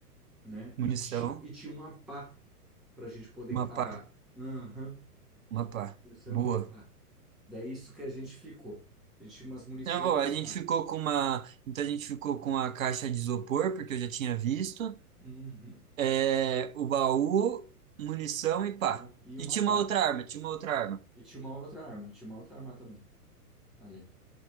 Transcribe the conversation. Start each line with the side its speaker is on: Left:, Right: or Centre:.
Centre: né?
Right: Munição,
Centre: E, ti- e tinha uma pá para a gente poder
Right: uma
Centre: cavar.
Right: pá,
Centre: Aham,
Right: uma pá.
Centre: Munição
Right: Boa.
Centre: e uma pá. Daí isso que a gente ficou. A gente tinha umas munição
Right: Tá bom,
Centre: e uma
Right: a gente
Centre: pá.
Right: ficou com uma. Então a gente ficou com a caixa de isopor, porque eu já tinha visto.
Centre: Uhum.
Right: É, o baú, munição e pá.
Centre: Então, e
Right: E
Centre: uma
Right: tinha
Centre: pá.
Right: uma outra arma, tinha uma outra arma.
Centre: E tinha uma outra arma. Tinha uma outra arma também. Ali.